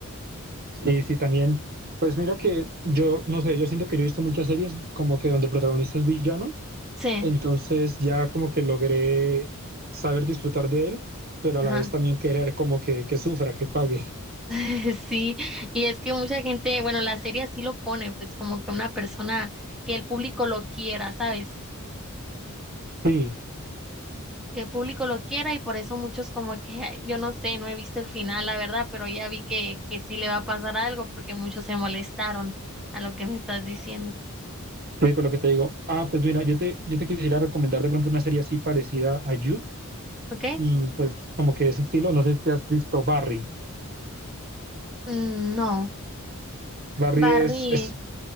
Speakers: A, on the right; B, in the centre.
A: Sí, sí, también. Pues mira que yo, no sé, yo siento que yo he visto muchas series como que donde el protagonista es villano
B: Sí,
A: Entonces ya como que logré saber disfrutar de él, pero a
B: ajá.
A: la vez también querer como que, que sufra, que pague.
B: <laughs> Sí, y es que mucha gente, bueno, la serie así lo pone, pues como que una persona que el público lo quiera, ¿sabes?
A: Sí,
B: Que el público lo quiera y por eso muchos como que, ay, yo no sé, no he visto el final, la verdad, pero ya vi que, que sí le va a pasar algo porque muchos se molestaron a lo que me estás diciendo,
A: oye, por lo que te digo, ah, pues mira, yo te, yo te quisiera recomendar de pronto una serie así parecida a You,
B: ¿ok?
A: mm, pues como que ese estilo, no sé si te has visto Barry.
B: Mm, no,
A: Barry
B: Barry,
A: es, es